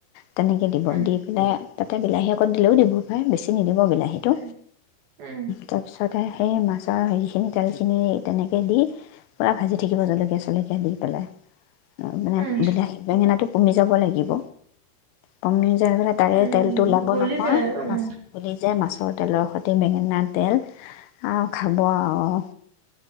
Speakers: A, on the left; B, on the right.
A: তেনেকৈ দিব
B: উম,
A: দি পেলাই তা বিলাহী অকণ দিলেও দিব পাৰে বেছি নিদিব সেইটো
B: উম, উম,
A: তাৰপিছ সেই মাছৰ হেৰিখিনি তেলখিনি তেনেকে দি পুৰা ভাজি থাকিব জলকীয়া জলকীয়া দি পেলাই মানে
B: উম,
A: বিলাহী বেঙেনাটো কমি যাব লাগিব <unintelligible> মানে তাৰে
B: উম,
A: তেলতটো লাব
B: গলি
A: নহয়
B: যায় আৰু
A: মাছ
B: উম,
A: প যোয় মাছ ৰ তেলৰ সৈতে বেঙেনা তেল খাব আৰু